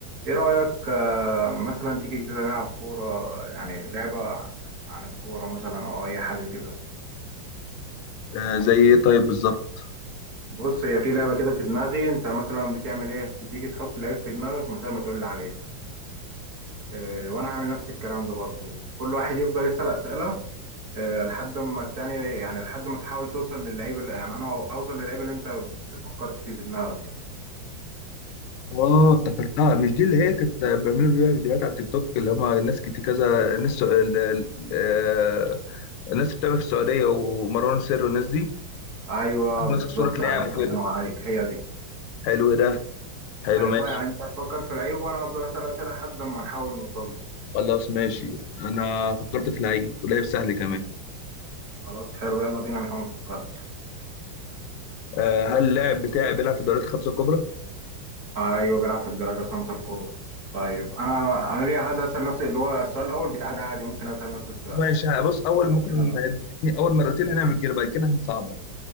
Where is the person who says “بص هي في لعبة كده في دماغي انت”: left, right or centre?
Right